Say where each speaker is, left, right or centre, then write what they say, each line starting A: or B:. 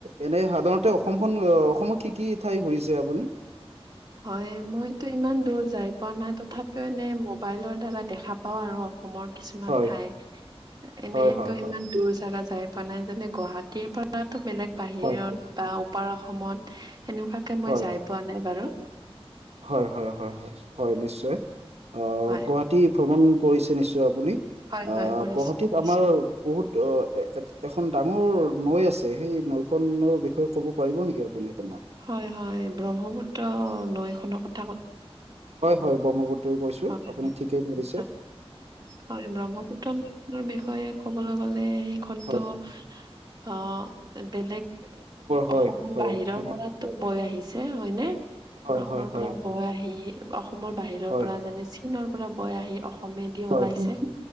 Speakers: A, on the right; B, on the right.
A: এনে সাধাৰণতে অসমখন অসমৰ কি কি ঠাই ঘূৰিছে আপুনি?
B: হয় মইতো ইমান দূৰ যায় পোৱা নাই, তথাপিও এনেই মোবাইলৰ দ্বাৰা দেখা পাওঁ আৰু। অসমৰ কিছুমান
A: হয়
B: ঠাই, এনেতো
A: হয় হয়
B: ইমান দূৰ জাগা যায় পোৱা নাই, যেনে গুৱাহাটীৰ পৰাতো বেলেগ বাহিৰত
A: হয়
B: বা পাৰ অসমত সেনেকুৱাকে
A: হয়
B: মই যাই
A: হয়
B: পোৱা নাই বাৰু।
A: হয়, হয়, হয়, হয়, হয়, নিশ্চয় অ
B: হয়।
A: গুৱাহাটী ভ্ৰমণ কৰিছে নিশ্চয় আপুনি?
B: হয়,
A: আ
B: হয়, কৰিছোঁ,
A: গুৱাহাটীত
B: কৰিছোঁ।
A: আমাৰ বহুত অ', এ এখন ডাঙৰ নৈ আছে, সেই নৈখনৰ বিষয়ে ক'ব পাৰিব নেকি আপুনি অকণমান।
B: হয়, হয় ব্ৰহ্মপুত্ৰ নৈ খনৰ ক
A: হয়, হয় ব্ৰহ্মপুত্ৰই কৈছো
B: হয়,
A: আপুনি ঠিকেই ধৰিছে।
B: হয়, হয় ব্ৰহ্মপুত্ৰ নদীখনৰ বিষয়ে ক'বলে গলে সেইখন
A: হয়
B: ত আ বেলেগ
A: হয়
B: অসমৰ
A: হয়
B: বাহিৰৰ
A: অসমৰ
B: তো বৈ আহিছে হয় নে।
A: হয়
B: অসমৰ
A: হয়
B: পৰা
A: হয়
B: বৈ আহি অসমৰ বাহিৰৰ
A: হয়
B: পৰা যেনে চীনৰ পৰা বৈ আহি অসম কমেদি
A: হয়
B: ওলাইছে